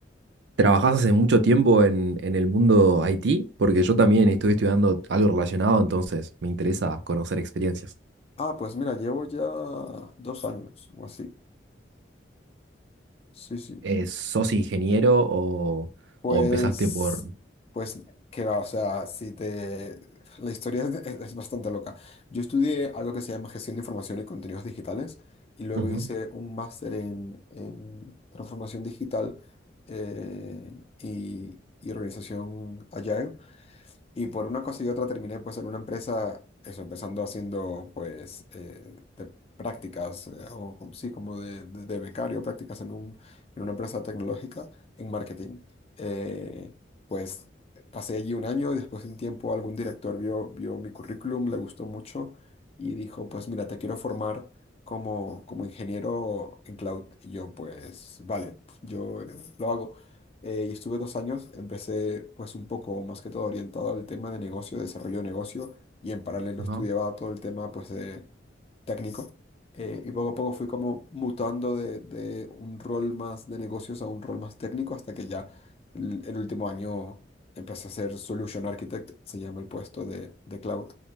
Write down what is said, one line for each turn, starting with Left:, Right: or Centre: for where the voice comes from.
Right: ¿Trabajás hace mucho tiempo en, en el mundo IT? Porque yo también estoy estudiando algo relacionado, entonces me interesa conocer experiencias.
Left: Ah, pues mira, llevo ya dos años o así. Sí, sí.
Right: Eh, ¿sos ingeniero o,
Left: Pues,
Right: o empezaste por...
Left: pues, qué va, o sea, si te... La historia es, es- es bastante loca. Yo estudié algo que se llama Gestión de Información y Contenidos Digitales y luego
Right: Ujú,
Left: hice un máster en, en Transformación Digital eh, y, y Organización Agile. Y por una cosa y otra terminé pues en una empresa, eso, empezando haciendo pues eh, de prácticas, eh, o como- sí, como de, de- de becario, prácticas en un, en una empresa tecnológica en marketing. Eh, pues pasé allí un año y después de un tiempo algún director vio, vio mi currículum, le gustó mucho y dijo, pues mira, te quiero formar como, como ingeniero en cloud. Y yo pues, vale, yo eh, lo hago. Eh, y estuve dos años, empecé pues un poco más que todo orientado al tema de negocio, desarrollo de negocio, y en paralelo
Right: ajá.
Left: estudiaba todo el tema pues de técnico. Eh, y poco a poco fui como mutando de, de un rol más de negocios a un rol más técnico hasta que ya el, el último año empecé a ser Solution Architect, se llama el puesto de, de cloud.